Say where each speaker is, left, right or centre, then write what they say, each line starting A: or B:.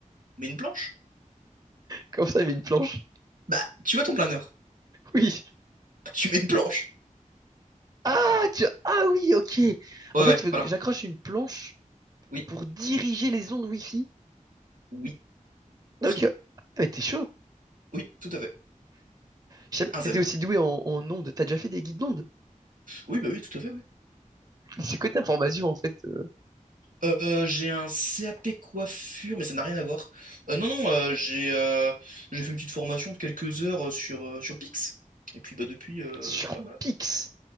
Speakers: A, on the right; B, on the right.
A: Mets une planche.
B: Comme ça, il y avait une planche. <laughs>
A: Bah, tu vois ton planeur.
B: Oui.
A: Bah, tu mets une planche.
B: Ah, tu... ah oui, ok.
A: Ouais,
B: En fait,
A: ouais,
B: tu veux
A: voilà.
B: que j'accroche une planche
A: Oui,
B: pour diriger les ondes Wi-Fi.
A: oui,
B: Donc,
A: fi.
B: euh, ah, mais t'es chaud.
A: Oui, tout à fait.
B: Je savais pas
A: Un
B: que
A: zèbre.
B: t'étais aussi doué en, en ondes. T'as déjà fait des guides d'ondes.
A: Oui, bah oui, tout à fait, oui.
B: <laughs> C'est quoi ta formation, en fait, euh,
A: Euh, j'ai un CAP coiffure, mais ça n'a rien à voir. Euh, non, non, euh, j'ai euh, j'ai fait une petite formation de quelques heures euh, sur, euh, sur Pix. Et puis bah depuis, euh,
B: sur
A: ouais, voilà.
B: Pix?